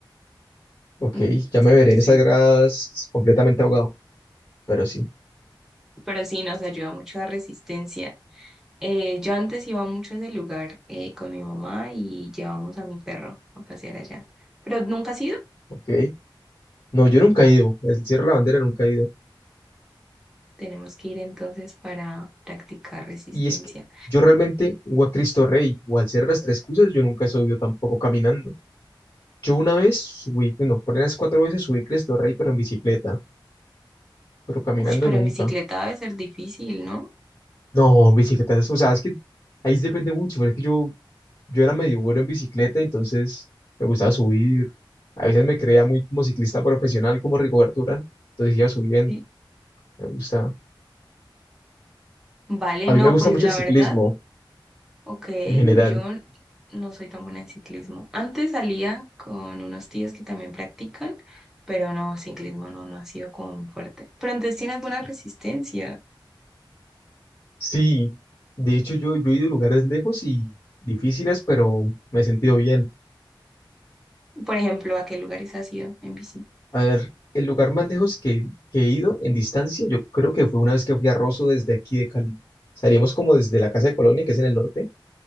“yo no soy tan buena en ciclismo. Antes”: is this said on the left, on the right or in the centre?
Centre